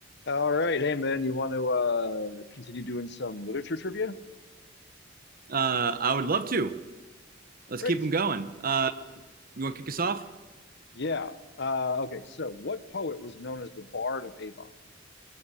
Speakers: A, on the left; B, on the right.
A: All right. Hey, man, you want to uh, continue doing some literature trivia?
B: Uh, I would love to. Let's
A: Great.
B: keep them going. Uh, you want to kick us off?
A: Yeah. Uh, okay. So, what poet was known as the Bard of Avon?